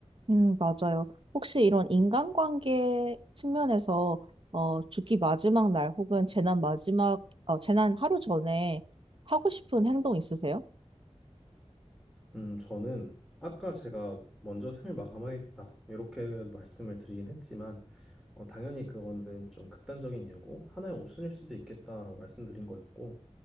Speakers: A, on the right; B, in the centre.
A: 음, 맞아요. 혹시 이런 인간관계 측면에서 어, 죽기 마지막 날 혹은 재난 마지막, 어, 재난 하루 전에 하고 싶은 행동 있으세요?
B: 음, 저는 아까 제가 먼저 생을 마감하겠다 이렇게 말씀을 드리긴 했지만 어, 당연히 그거는 좀 극단적인 이유고 하나의 옵션일 수도 있겠다라고 말씀드린 거였고